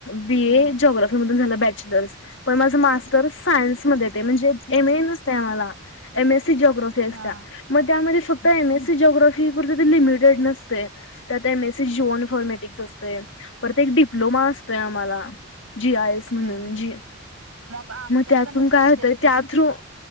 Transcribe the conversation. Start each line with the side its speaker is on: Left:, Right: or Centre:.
Left: बी
Right: हम्म
Left: ज्राी झा बच. बॅचजेलरस पण माझं मास्टर सायन्स मध्ये म्हणजे एमए नसतंय आम्हाला एमस जोग्राफी असत
Right: हा
Left: म फक्त एम एससी ज्राफी लिमिटेड नसते त्यात एम एसी जोन फॉर्मेटिक् अस. परत एक डिप्लोमा असतोय आम्हाला. जी आयस म्हणून
Right: हम्म हम्म
Left: जी
Right: आमच्यात
Left: मग त्यातून
Right: पण तसं
Left: काय
Right: असतं
Left: होतंय
Right: की
Left: त्या थ्रू